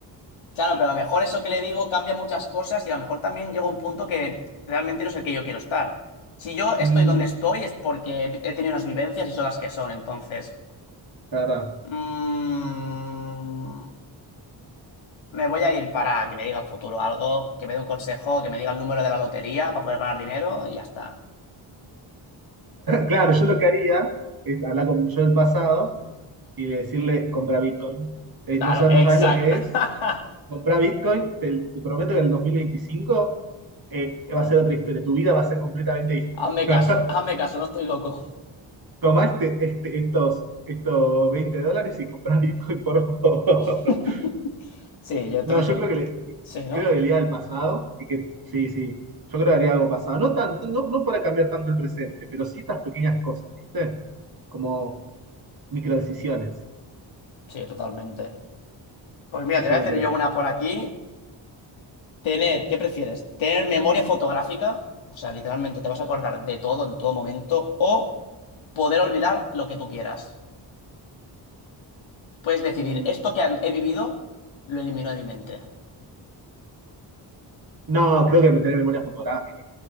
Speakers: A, on the left (about 80°); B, on the right (about 50°).
A: Claro, pero a lo mejor eso que le digo cambia muchas cosas y a lo mejor también llega un punto que realmente no es el que yo quiero estar. Si yo estoy
B: Mm,
A: donde estoy es porque he tenido unas vivencias y son las que son, entonces...
B: la verdad.
A: mm, Me voy a ir para que me diga el futuro algo, que me dé un consejo, que me diga el número de la lotería para poder ganar dinero y ya está.
B: Claro, yo lo que haría es hablar con mi yo del pasado y decirle, compra Bitcoin. Eh,
A: Claro,
B: no, sa-
A: exacto.
B: no sabes lo que es.
A: <laughs>
B: Compra Bitcoin, te, te prometo que en el 2025 eh, va a ser otra historia. Tu vida va a ser completamente
A: Hazme
B: distinta.
A: caso, hazme caso, no estoy loco.
B: <laughs> Tomá este- este- estos, estos 20 dólares y comprá <laughs> Bitcoin, por favor.
A: <laughs>
B: <laughs>
A: Sí, yo, entonces
B: No, yo
A: yo...
B: creo que le,
A: Sí, ¿no?
B: creo que iría al pasado y que sí, sí. Yo creo que haría algo pasado. No tanto, no, no para cambiar tanto el presente, pero sí estas pequeñas cosas, ¿viste? Como microdecisiones.
A: Sí, totalmente. Pues mira,
B: Eso
A: te voy
B: me
A: a hacer
B: interesa.
A: yo una por aquí. Tener, ¿qué prefieres? ¿Tener memoria fotográfica? O sea, literalmente te vas a acordar de todo en todo momento o poder olvidar lo que tú quieras. Puedes decidir,
B: Mm,
A: esto que he vivido, lo elimino de mi mente.
B: no, creo que tener memoria fotográfica.